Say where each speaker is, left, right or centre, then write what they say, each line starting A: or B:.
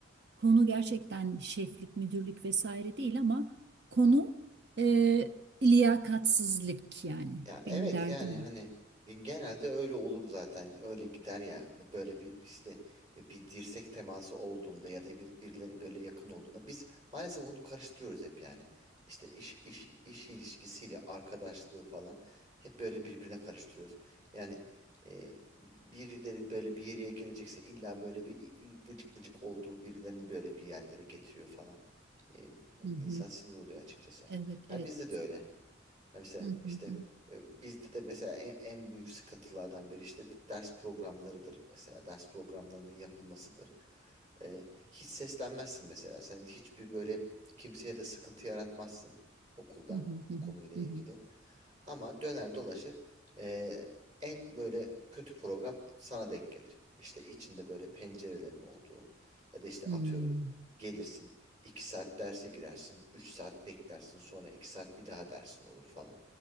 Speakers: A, on the right; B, on the right.
A: konu gerçekten şeflik, müdürlük vesaire değil ama konu e, liyakatsizlik yani.
B: Ya evet
A: Benim derdim
B: yani hani
A: o.
B: genelde öyle olur zaten. Öyle gider ya. Böyle bir işte e, bir dirsek teması olduğunda ya da bir, birileri böyle yakın olduğunda biz maalesef onu karıştırıyoruz hep yani. İşte iş iş iş ilişkisiyle arkadaşlığı falan hep böyle birbirine karıştırıyoruz. Yani e, birileri böyle bir yere gelecekse illa böyle bir vıcık vıcık olduğu birilerini böyle bir yerlere getiriyor falan. E,
A: Hı hı.
B: insan sinir oluyor açıkçası.
A: Evet,
B: Ha
A: evet.
B: bizde de öyle. Ya Mesela
A: Hı hı
B: işte
A: hı.
B: e, bizde de mesela en, en büyük sıkıntılardan biri işte ders programlarıdır. Mesela ders programlarının yapılmasıdır. E, hiç seslenmezsin mesela. Sen hiçbir böyle kimseye de sıkıntı yaratmazsın okulda
A: Hı hı
B: bu
A: hı hı.
B: konuyla ilgili.
A: hı. hı.
B: Ama döner dolaşır e, en böyle kötü program sana denk gelir. İşte içinde böyle pencerelerin olduğu ya da işte atıyorum
A: Hmm.
B: gelirsin 2 saat derse girersin 3 saat beklersin sonra 2 saat bir daha dersin olur falan.